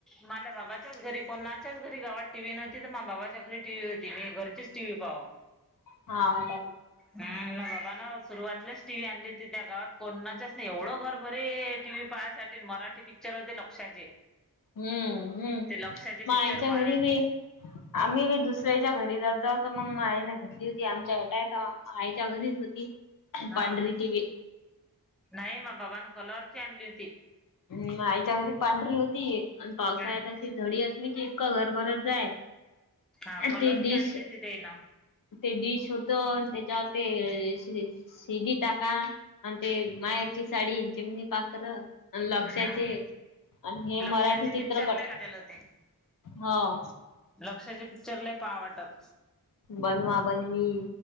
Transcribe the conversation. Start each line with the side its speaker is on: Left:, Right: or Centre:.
Centre: माझ्या बाबाच्याच घरी कोणाच्याच घरी गावात टीव्ही नव्हती तर माझ्या बाबाच्या घरी टीव्ही होती मी घर टीव्ही पावा.
Left: हा का
Centre: हम् बाबा ना सुरुवातलेच टीव्ही आणली होती ती त्या गावात कोणानाच नाही एवढं घर बरे टीव्ही पाहासाठी मराठी पिक्चर होते लक्षाचे
Left: हम्म हम्म
Centre: ते लक्षाचे
Left: मया
Centre: पिक्चर
Left: आईच्या
Centre: पाहा
Left: घरी बी. आम्ही बी दुसऱ्याच्या घरी जात जाऊ तर मग मायन घेतली होती. आमच्या हटाय आयच्या घरीच होती
Centre: हा
Left: पांढरी टीव्ही.
Centre: नाही मा बाबान कलरची आणली होती.
Left: हम् आईच्या घरी पांढरी होती. आणि पावसाळ्यात
Centre: हम्म
Left: अशी झडी असली कि इतकं घर भरत जाय.
Centre: हा कलरची
Left: ते डिश
Centre: आणली होती त्यायन न.
Left: ते डीश होत त्याच्यावर ते शिडी टाका. आणि ते माहेरची साडी, चिमनी पाखरं, आणि लक्षाचे
Centre: हम्म
Left: आणि हे
Centre: लक्षाचे
Left: मराठी
Centre: पिक्चर
Left: चित्रपट.
Centre: लय गाजल होते
Left: हो
Centre: लक्षाचे पिक्चर लय पाहा वाटत.
Left: बनवा बनवी.